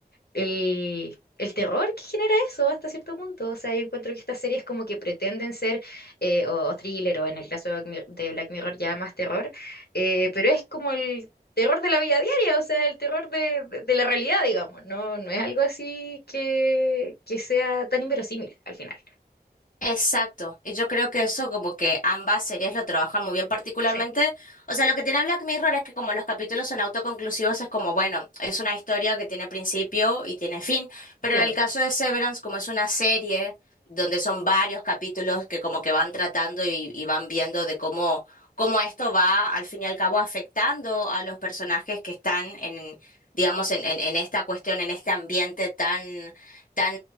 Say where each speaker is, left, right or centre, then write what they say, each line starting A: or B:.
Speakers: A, on the left; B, on the left.
A: el, el terror que genera eso hasta cierto punto. O sea, yo encuentro que estas series como que pretenden ser eh, o, o thriller o en el caso de Black Mirror, de Black Mirror ya más terror, eh, pero es como el... terror de la vida diaria, o sea, el terror de, de- de la realidad, digamos, no, no es algo así que, que sea tan inverosímil al final.
B: Exacto, y yo creo que eso como que ambas series lo trabajan muy bien particularmente,
A: Sí.
B: o sea, lo que tiene Black Mirror es que como los capítulos son autoconclusivos es como, bueno, es una historia que tiene principio y tiene fin, pero
A: Claro.
B: en el caso de Severance como es una serie donde son varios capítulos que como que van tratando y, y van viendo de cómo, cómo esto va al fin y al cabo afectando a los personajes que están en, digamos, en, en en esta cuestión, en este ambiente tan, tan,